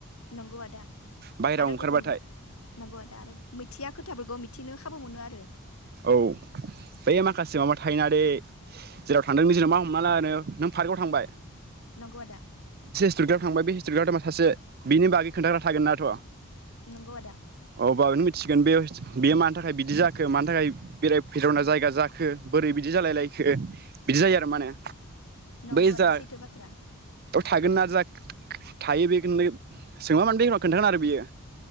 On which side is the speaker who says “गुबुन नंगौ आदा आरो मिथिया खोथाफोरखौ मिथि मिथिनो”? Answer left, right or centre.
Left